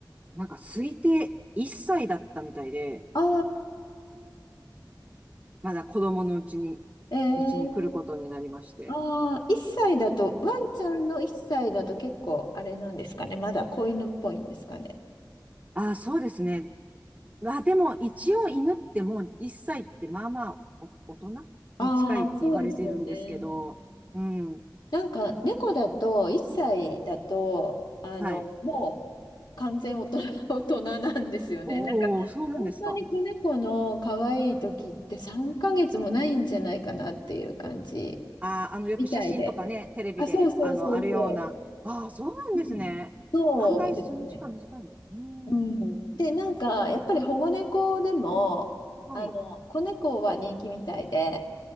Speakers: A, on the right (about 20°); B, on the left (about 70°).
A: なんか推定1歳だったみたいで、
B: ああ、
A: まだ子供のうちに、
B: ええ
A: うちに来ることになりまして。
B: ああ、1歳だと、ワンちゃんの1歳だと結構あれなんですかね。まだ子犬っぽいんですかね。
A: ああ、そうですね。まあでも一応犬ってもう1歳ってまあまあお大人に近いって言われてるんですけど、
B: ああ、そうですよね。
A: うん。
B: なんか猫だと1歳だとあのもう完全大人、
A: はい。
B: <laughs> 大人なんですよね。
A: おお、
B: なんか本当に子猫の可愛い時って3ヶ月もないんじゃないかなっていう感じ
A: そうなんですか。ああ、あの、よく写真とかね、
B: みたいで。
A: テレビで、
B: あ、そうそうそうそ
A: あの、あるような。ああ、そうなんですね。
B: う。うん、そうですね。
A: 案外、その時間短いんだ。うー
B: うん、
A: ん。
B: で、なんかやっぱり保護猫でもあの子猫は人気みたいで。
A: はい。